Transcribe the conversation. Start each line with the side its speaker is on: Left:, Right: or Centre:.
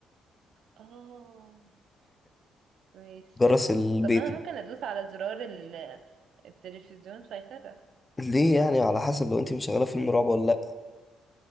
Right: اه ماشي
Left: جرس البيت
Right: طب ما انا ممكن ادوس على زرار ال... التلفزيون فيفرق
Left: ليه يعني على حسب لو انت مشغله فيلم رعب ولا لا